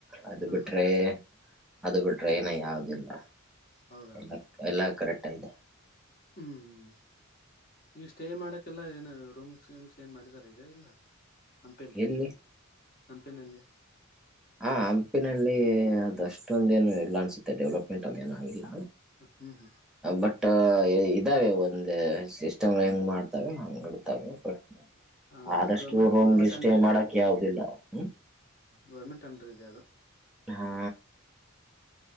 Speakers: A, in the centre; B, on the left.
A: ಅದು
B: ಹಾ
A: ಬಿಟ್ರೆ
B: ಹಾ
A: ಅದು ಬಿಟ್ರೆ ಏನ ಯಾವ್ದಿಲ್ಲ
B: ಹೌದಾ
A: ಎಲ್ಲ ಎಲ್ಲ ಕರೆಕ್ಟ್ ಇದೆ
B: ಹ್ಮ್ ಈಗ ಸ್ಟೇ ಮಾಡಕ್ಕೆೆಲ್ಲ ಏನು ರೂಮ್ಸ್ ವಮ್ಸ್ ಏನ್ ಮಾಡಿದಿದ್ದಾರೆ ಈಗ ಇಲ್ಲ ಹಂಪೆಲ್ಲಿ
A: ಎಲ್ಲಿ
B: ಹಂಪೆನಲ್ಲಿ
A: ಹ ಹಂಪಿನಲ್ಲಿ ಅದಷ್ಟೊಂದ ಏನು ಇಲ್ಲ ಅನ್ಸುತ್ತೆ ಡೆವಲಪ್ಮೆಂಟ್ ಅದೇಏನ ಇಲ್ಲ
B: ಹ್ಮ್ ಹ್ಮ್
A: ಬಟ್ ಇದಾವೆ ಒಂದು ಸಿಸ್ಟಮ್ ಹೆಂಗ್ ಮಾಡ್ತವೆ ಹಂಗಗೆ ಇಡ್ತವೆ ಬಟ್
B: ಅದ
A: ಆದಷ್ಟು
B: ಗೌರ್ಮೆಂಟ್
A: ರೂಮ್ಗೆ
B: ಗೌರ್ಮೆಂಟ್
A: ಸ್ಟೇ
B: ಅಂಡರ್
A: ಮಾಡಕ ಯಾವದಿಲ್ಲ ಹ್ಮ್
B: ಗೋರ್ಮೆಂಟ್ ಅನ್ ಇದೆ ಅದು
A: ಹಾ